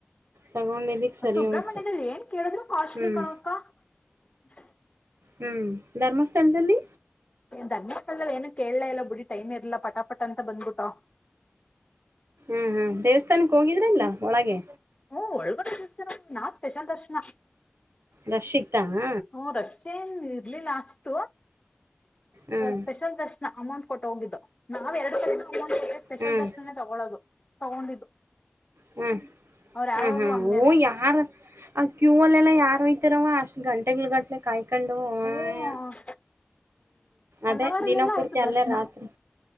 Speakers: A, on the right; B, on the left.
A: ತಗೊಂಡಿದ್ದಿಕ್ ಸರಿ
B: ಸುಬ್ರಹ್ಮಣ್ಯದಲ್ಲಿ
A: ಹೋಯ್ತು.
B: ಏನ್ ಕೇಳಿದ್ರು ಕಾರ್ಟ್ಲಿ
A: ಹ್ಮ್.
B: ಕಣ್ಣಪ್ಪ. <unintelligible>
A: ಹ್ಮ್ ಧರ್ಮಸ್ಥಳದಲ್ಲಿ
B: ಧನ್ಯ ಕಳ್ಳಲ್ಲಿ ಏನು ಕೇಳಲ ಎಲ್ಲ ಬಿಡಿ ಟೈಮ್ ಇರ್ಲ ಪಟಾಪಟ ಅಂತ ಬಂದ್ಬಿಟ್ಟ
A: ಹ್ಮ ಹ್ಮ್ ದೇವಸ್ಥಾನಕ್ಕೆ ಹೋಗಿದ್ರಲ್ಲ. ಒಳಗೆ
B: ಹ್ಮ್ ಒಳಗಡ್. ನಾ ಸ್ಪೆಷಲ್ ದರ್ಶನ.
A: ರಶಿಕ್ ಹಾ.
B: ಹ್ಮ್ ರಶ್ ಏನ್ ಇರ್ಲಿಲ್ಲ ಅಷ್ಟು
A: ಹ್ಮ್.
B: ಸ್ಪೆಷಲ್ ದರ್ಶನ್. ಅಮೌಂಟ್ ಕೊಟ್ಟ ಹೋಗಿದ್ದು ನಾವ್ ಎರಡು ಸಾವಿರ. ಸ್ಪೆಷಲ್
A: ಹ್ಮ್.
B: ದರ್ಶನನೇ ತಗೊಳ್ಳೋದು. ತಗೊಂಡಿದ್ದು
A: ಹೂ
B: ಅವ್ರು ಯಾವಾಗ್ಲೂ
A: ಹೂ ಹೂ
B: ಹಂಗೇನೆ
A: ಓ ಯಾರ ಆ ಕ್ಯೂಲ್ಲ ಎಲ್ಲ ಯಾರ್ ಹೋಯ್ತಾರವ ಅಷ್ಟ ಗಂಟೆ ಗಂಟ್ಲೆ ಕಾಯ ಕೊಂಡು ಹೂ
B: ಹ್ಮ್
A: ಅದೇ
B: ಒನ್ ಅವರ್
A: ದಿನಪೂರ್ತಿ
B: ಅಲ್ಲೆಲ್ಲ ಆಯ್ತು
A: ಅಲ್ಲೇ
B: ದರ್ಶನ
A: ರಾತ್ರಿ